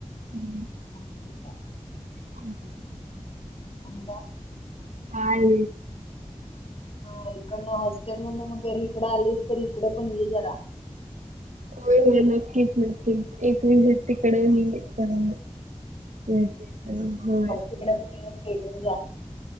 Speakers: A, on the right (about 75°); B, on the left (about 50°).
A: हम्म.
B: आणि
A: <inaudible>
B: <unintelligible>
A: काय.
B: हा इकडनं हॉस्टेल मधन मग घरी इकडं आलीस तर इकडं पण ते जरा.
A: होय होय नक्कीच नक्की एकवेळ झट तिकडे नाही कर. हम्म हो.
B: तिकडे पण येऊन भेटून जा.